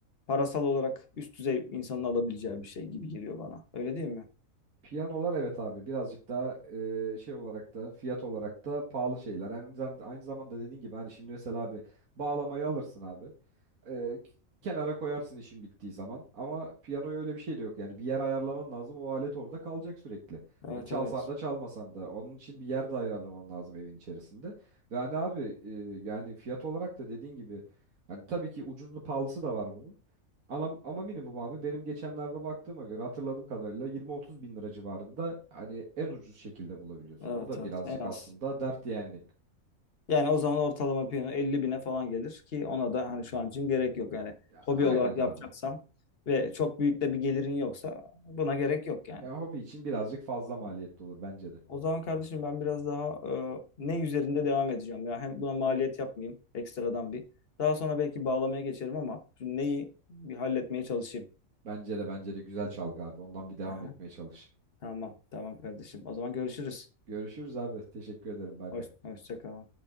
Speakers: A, on the left; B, on the right.
A: parasal olarak üst düzey insanın alabileceği bir şey gibi geliyor bana. Öyle değil mi?
B: Piyanolar evet abi birazcık daha e, şey olarak da fiyat olarak da pahalı şeyler. Yani aynı zam- aynı zamanda dediğin gibi hani şimdi mesela abi bağlamayı alırsın abi. Ee, k- kenara koyarsın işin bittiği zaman. Ama piyanoya öyle bir şey de yok. Yani bir yer ayarlaman lazım. O alet orada kalacak sürekli.
A: Evet,
B: Hani çalsan
A: evet.
B: da çalmasan da. Onun için bir yer de ayarlaman lazım evin içerisinde. Ve hani abi e, yani fiyat olarak da dediğin gibi hani tabii ki ucuzlu pahalısı da var bunun. Ama, ama minimum abi benim geçenlerde baktığıma göre hatırladığım kadarıyla 20-30 bin lira civarında hani en ucuz şekilde bulabiliyorsun.
A: Evet,
B: O da
A: evet.
B: birazcık
A: En
B: aslında
A: az.
B: dert yani.
A: Yani o zaman ortalama piyano 50 bine falan gelir ki ona da hani şu an için gerek yok. Yani
B: Ya,
A: hobi
B: aynen
A: olarak yapacaksam
B: abi.
A: ve çok büyük de bir gelirin yoksa buna gerek yok yani.
B: Ya hobi için birazcık fazla
A: Tamam.
B: maliyetli olur bence de.
A: O zaman kardeşim ben biraz daha e, ne üzerinde devam edeceğim ya hem buna maliyet yapmayayım ekstradan bir. Daha sonra belki bağlamaya geçerim ama şu neyi bir halletmeye çalışayım.
B: Bence de bence de güzel çalgı abi. Ondan bir devam
A: Aha,
B: etmeye çalış.
A: tamam tamam kardeşim. O zaman görüşürüz.
B: Görüşürüz abi. Teşekkür ederim. Bay
A: Hoş,
B: bay.
A: hoşça kal.